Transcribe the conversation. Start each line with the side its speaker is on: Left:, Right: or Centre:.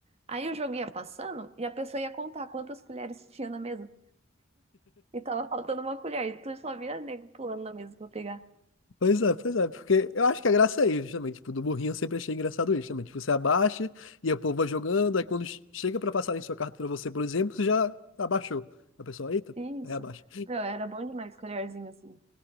Right: Aí o jogo ia passando e a pessoa ia contar quantas colheres tinha na mesa. E tava faltando uma colher, e tu só via nego pulando na mesa pra pegar.
Left: Pois é, pois é, porque eu acho que a graça é isso, justamente. Tipo, do burrinho eu sempre achei engraçado isso, justamente. Você abaixa e o povo vai jogando, aí quando chega pra passarem sua carta pra você, por exemplo, você já abaixou. A pessoa, eita,
Right: Isso.
Left: aí abaixa.
Right: Meu, era bom demais colherzinho assim.